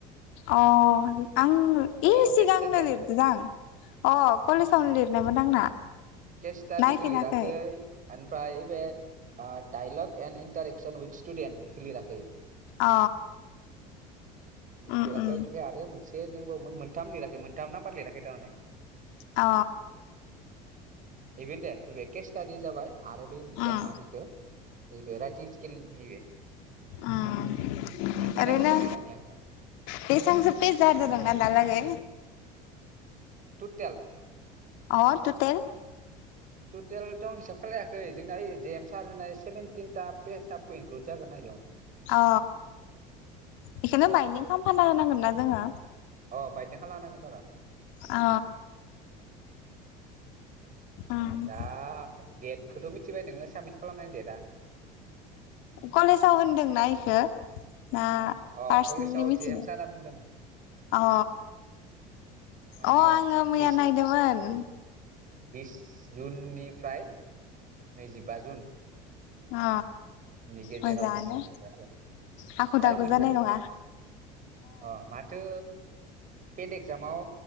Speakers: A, on the left (about 70°); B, on the right (about 40°).
A: अ आंनो इ
B: न'
A: सिगांनो
B: केस स्टाडिया
A: लिरदो दां अ
B: उम
A: कलेजावनो लिरनायमोन आंना
B: केस स्टाडिखौ
A: नायफिनाखै
B: लिराखै ओमफ्राय यै बे अ dialogue and interaction with student इखो लिराखै
A: अ
B: बेखौ
A: उम
B: लिराखै
A: उम
B: ओमफाय आरो मोनसे दोंबावोमोन मोनथाम लिराखै मोन दा नामबार लिराखै थारमाने
A: अ
B: बेबनो दे बेबखे स्टादि जाबाय आरो बे मोनसेया
A: उम
B: मानो इखौ नै बे राइटिं स्किलनि बे
A: उम
B: ईखिनाखौनो
A: ओरैनो
B: लिराखै आं थाबाय
A: बेसेबांसो पेज जादों नोंना दालागै
B: टुटेल?
A: अ टु तेल
B: टुटेल थ आं हिसाब खालायाखै जोंना यै जे एम सार होनाय सेभेनटिनटा पेसाब थ इनक्लुद जागोना इआव
A: अ बेखोनो बाइनदिं खामफाना होनांगोनना जोङो
B: अ बायदं खाना होनांगोनथ र
A: अ उम
B: दा देद खौथ मिथिबाय नोङो साबमिट खालामनायनि डेटआ
A: कलेजाव होनदोंना इखो? ना
B: अ
A: पार्सनेलि
B: कलेजाव
A: मिथिगो
B: जे एम सारा बुंदों
A: अ
B: माने
A: अ आङो मैया
B: बिस
A: नायदोमोन
B: बिस जुननिफ्राय नैजिबा जुन
A: अ
B: नि गेजेराव
A: मोजाङानो
B: होनो होदो आरो
A: हाखु
B: टाइम
A: दाखु
B: मोनबावदो
A: जानाय नङा
B: अ माथो पेड एकजामाव